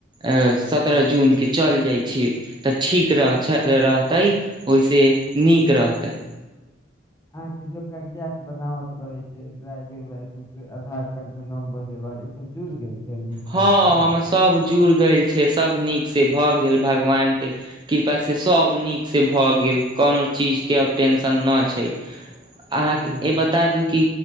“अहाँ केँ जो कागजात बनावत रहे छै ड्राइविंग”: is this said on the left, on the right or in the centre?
Left